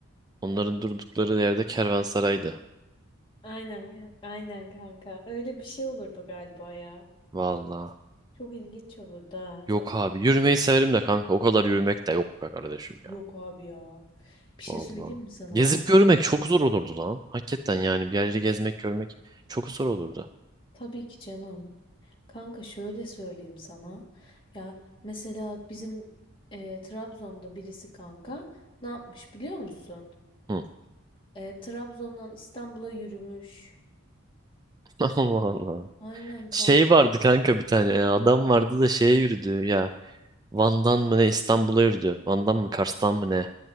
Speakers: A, on the right; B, on the left.
A: Onların durdukları yerde kervansaraydı.
B: Aynen aynen kanka. Öyle bir şey olurdu galiba ya.
A: Vallahi.
B: Çok ilginç olurdu ha.
A: Yok abi. Yürümeyi severim de kanka. O kadar yürümek de yok be kardeşim
B: Yok abi ya. Bir şey
A: Vallahi.
B: söyleyeyim mi sana
A: Gezip
B: kanka?
A: görmek çok zor olurdu lan. Hakikaten yani bir yerleri gezmek görmek çok zor olurdu.
B: Tabii ki canım. Kanka şöyle söyleyeyim sana. Ya mesela bizim e, Trabzon'da birisi kanka ne yapmış biliyor musun?
A: Hı. <laughs>
B: E, Trabzon'dan İstanbul'a yürümüş.
A: Allah Allah.
B: Aynen kanka.
A: Şey vardı kanka bir tane ya. Adam vardı da şeye yürüdü ya. Van'dan mı ne İstanbul'a yürüdü. Van'dan mı Kars'tan mı ne.